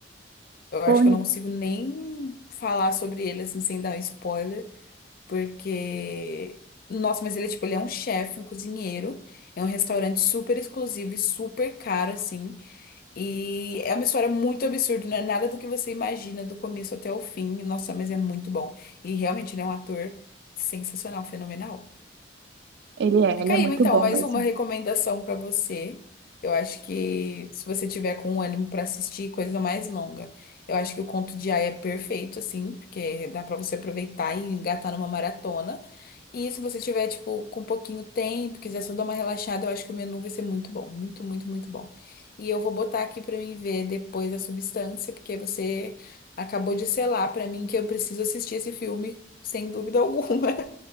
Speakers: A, on the left (about 50°); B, on the right (about 60°).
A: Eu
B: Bom,
A: acho que eu não consigo nem falar sobre ele assim sem dar um spoiler, porque nossa, mas ele é tipo, ele é um chefe, um cozinheiro, é um restaurante super exclusivo e super caro assim, e é uma história muito absurda, não é nada do que você imagina do começo até o fim. Nossa, mas é muito bom. E realmente ele é um ator sensacional, fenomenal.
B: ele é,
A: Fica
B: ele é
A: aí,
B: muito
A: então,
B: bom
A: mais
B: mesmo.
A: uma recomendação pra você. Eu acho que se você tiver com ânimo pra assistir coisa mais longa, eu acho que o Conto de Aia é perfeito, assim, porque dá pra você aproveitar e engatar numa maratona. E se você tiver, tipo, com um pouquinho tempo, quiser só dar uma relaxada, eu acho que o menu vai ser muito bom. Muito, muito, muito bom. E eu vou botar aqui pra mim ver depois a substância, porque você acabou de selar pra mim que eu preciso assistir esse filme, sem dúvida <laughs> alguma.